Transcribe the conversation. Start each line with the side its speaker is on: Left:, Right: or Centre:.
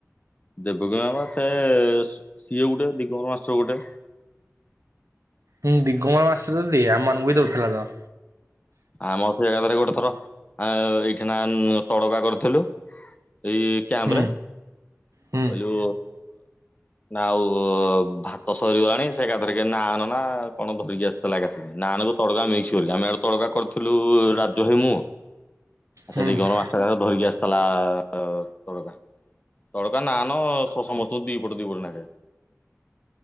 Left: ଦେବକ ବା ସେ ସିଏ ଗୋଟେ ଦଗମର ମାଷ୍ଟର ଗୋଟେ
Right: ହୁଁ ଦିଗମ ମାଷ୍ଟର ଦିଏ ଆମ ମାନଙ୍କୁ ବି ଦଉଥିଲା ତ।
Left: ଆମ ସେ ଜାଗରେ ଗୋଟେ ଥର ଏଇଠି ନା ତଡକା କରିଥିଲୁ। ଏ କାମରେ
Right: ହୁଁ ହୁଁ
Left: କହିଲୁ ନା ଆଉ ଭାତ ସରିଗଲାଣି ସେ ଏକାଥରେ କି ନା ନ ନା କଣ ଧରିକି ଆସିଥିଲା ଏକାଥରେ ନାନ୍ କୁ ତଡକା ମିକ୍ସ ଗ ଆମେ ଆଡେ ତଡକା କରିଥିଲୁ ରାଜ ଭାଇ ମୁଁ ଆ
Right: ହୁଁ
Left: ସେଦି ଗର ମାସଟା ଧରିକି ଆସିଥିଲା ତଡକା। ଦଡକା ନା ନ ସମସ୍ତଙ୍କୁ ଦି ଫଟ ଦି ପଟ ନାଖେ